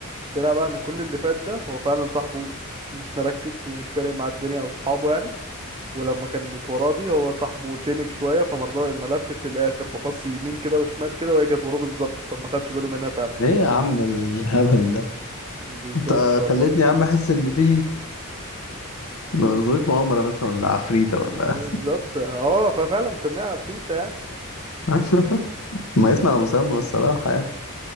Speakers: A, on the right; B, on the left.
A: طلع بقى ان كل اللي فات ده هو فعلا صاحبه ف- مش مركز ومش فارق مع الدنيا او صحابه يعني ولما كانت وراه دي هو صاحبه تنك شوية فمرضى ما لفش للآخر فبص يمين كده وشمال كده وهي كانت وراه بالظبط فما خدش باله منها فعلا
B: ايه يا عم الهبل ده
A: بالظبط
B: انت
A: الله
B: خليتني يا عم احس ان في نظرية مؤامرة بس ولا عفريتة ولا
A: بالظبط اه ففعلا مسميها عفريتة يعني
B: <laughs> ما يسمع على مسمى الصراحة يعني